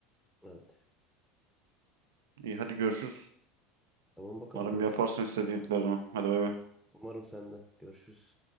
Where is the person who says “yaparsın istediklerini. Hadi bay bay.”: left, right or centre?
Right